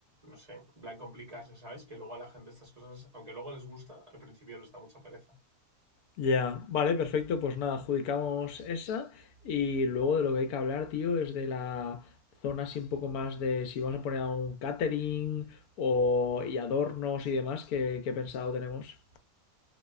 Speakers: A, on the right; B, on the left.
A: no sé, en plan complicarse, ¿sabes? Que luego a la gente estas cosas, aunque luego les gusta, al principio les da mucha pereza.
B: Ya, vale, perfecto. Pues nada, adjudicamos esa. Y luego de lo que hay que hablar, tío, es de la zona así un poco más de si vamos a poner algún catering o, y adornos y demás que, que pensado tenemos.